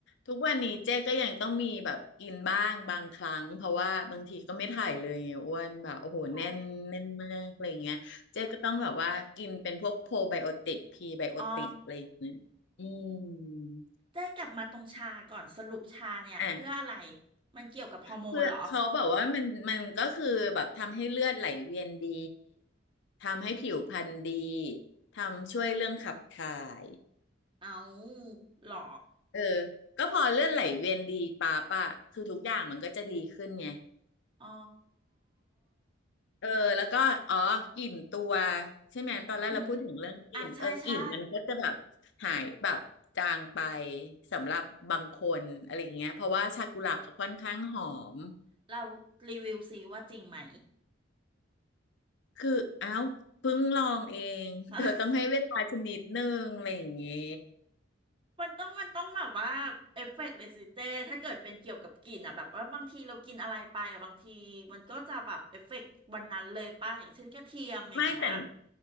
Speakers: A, on the left; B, on the right.
A: ทุกวันนี้เจ๊ก็ยังต้องมีแบบกินบ้างบางครั้งเพราะว่าบางทีก็ไม่ถ่ายเลยไงอ้วนแบบโอ้โหแน่นแน่นมากอะไรเงี้ยเจ๊ก็ต้องแบบว่ากินเป็นพวกโพไบโอติกพรีไบโอติกอะไรอย่างเงี้ยอืม
B: โทรอ๋อเจ๊กลับมาตรงชาก่อนสรุปชาเนี่ยเพื่ออะไร
A: อ่ะ
B: มันเกี่ยวกับฮอร์โมนเหรอ
A: เพื่อเขาบอกว่ามันมันก็คือแบบทำให้เลือดไหลเวียนดีทำให้ผิวพรรณดีทำช่วยเรื่องขับถ่าย
B: เอาเหรอ
A: เออก็พอเลือดไหลเวียนดีปั๊บอะคือทุกอย่างมันก็จะดีขึ้นไง
B: อ๋อ
A: เออแล้วก็อ๋อกลิ่นตัวใช่ไหมตอนแรกเราพูดถึงเรื่องกลิ่นเออกลิ่นมันก็จะแบบ
B: อืม อ่ะใช่ใช่
A: หายแบบจางไปสำหรับบางคนอะไรอย่างเงี้ยเพราะว่าชากุหลาบเขาค่อนข้างหอม
B: เรารีวิวซิว่าจริงไหม
A: คืออ้าวเพิ่งลองเอง <laughs>
B: <laughs>
A: เธอต้องให้เวลาชนิดนึงอะไรอย่างเงี้ย
B: มันต้องมันต้องแบบว่าเอฟเฟกต์เลยสิเจถ้าเกิดเป็นเกี่ยวกับกลิ่นอ่ะแบบว่าบางทีเรากินอะไรไปอ่ะบางทีมันก็จะแบบเอฟเฟกต์วันนั้นเลยป่ะอย่างเช่นกระเทียมอย่างเงี้ย
A: ไม่แต่